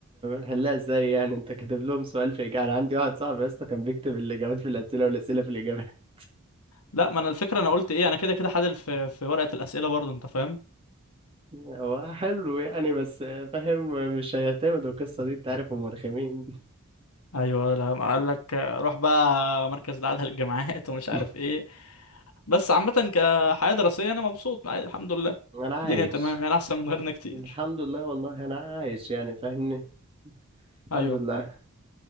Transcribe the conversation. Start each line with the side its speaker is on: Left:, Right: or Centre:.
Right: هلا ازاي يعني انت كاتب لهم سؤال في اجابة انا عندي واحد صاحبي يا اسطى كان بيكتب الاجابات في الاسئله والاسئله في الاجابات
Left: لا ما انا الفكره انا قلت ايه انا كده كده حلل في في ورقه الاسئله برضه انت فاهم
Right: <laughs> هو حلو يعني بس فاهم مش هيعتمدوا القصه دي انت عارف هم رخمين
Left: ايوه لما قال لك روح بقى مركز دعاء للجامعات ومش
Right: <laughs>
Left: عارف ايه بس عامة كحياة دراسية انا مبسوط عادي الحمد لله
Right: انا عايش
Left: الدنيا تمام يعني احسن من غيرنا كتير
Right: الحمد لله والله انا عايش يعني فاهمني الحمد
Left: ايوه
Right: لله